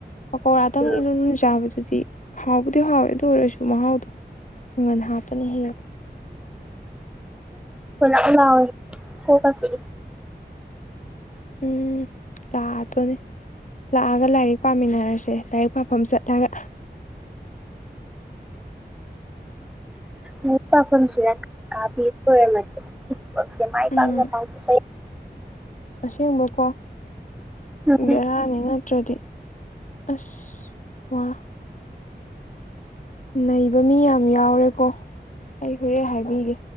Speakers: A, on the left; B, in the centre.
A: ꯄꯀꯧꯔꯥꯗꯪ
B: ꯎꯝ
A: ꯏꯂꯨ ꯂꯨ ꯆꯥꯕꯗꯨꯗꯤ ꯍꯥꯎꯕꯨꯗꯤ ꯍꯥꯎꯋꯦ ꯑꯗꯨ ꯑꯣꯏꯔꯁꯨ ꯃꯍꯥꯎꯗꯣ ꯃꯪꯒꯟ ꯍꯥꯞꯄꯅ ꯍꯦꯜꯂꯗꯣ
B: ꯍ ꯂꯑꯣꯏ ꯍ ꯀꯁꯤ
A: ꯎꯝ꯫ ꯂꯥꯛꯑꯗꯣꯅꯦ ꯂꯥꯛꯑꯒ ꯂꯥꯏꯔꯤꯛ ꯄꯥꯃꯤꯟꯅꯔꯁꯦ ꯂꯥꯏꯔꯤꯛ ꯄꯥꯐꯝ ꯆꯠꯂꯒ꯫
B: ꯑꯩ ꯄꯥꯈꯨꯝꯁꯤꯗ ꯀꯥ ꯄꯤꯕ ꯑꯣꯢꯔꯝꯃꯗꯤ ꯊꯥꯕꯥꯛꯁꯦ ꯄꯥꯏ
A: ꯎꯝ
B: ꯄꯥꯛꯅ ꯄꯥꯡꯊꯣꯛꯄ
A: ꯑꯁꯦꯡꯕꯀꯣ
B: ꯌꯥ ꯎꯝ
A: ꯕꯦꯔꯥꯅꯤ ꯅꯠꯇ꯭ꯔꯗꯤ꯫ ꯑꯁ ꯋꯥ꯫ ꯅꯩꯕ ꯃꯤ ꯌꯥꯝ ꯌꯥꯎꯔꯦꯀꯣ ꯑꯩ ꯍꯣꯔꯦꯟ ꯍꯥꯏꯕꯤꯒꯦ꯫